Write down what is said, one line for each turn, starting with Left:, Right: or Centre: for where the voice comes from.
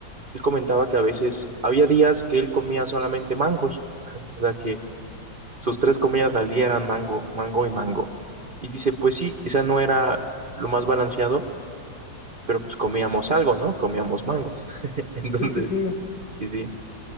Right: Él comentaba que a veces había días que él comía solamente mangos, <laughs> o sea que sus tres comidas al día eran mango, mango y mango. Y dice, pues sí, quizá no era lo más balanceado pero pues comíamos algo, ¿no? Comíamos mangos. <laughs> Entonces,
Left: Sí, sí, sí.
Right: sí, sí,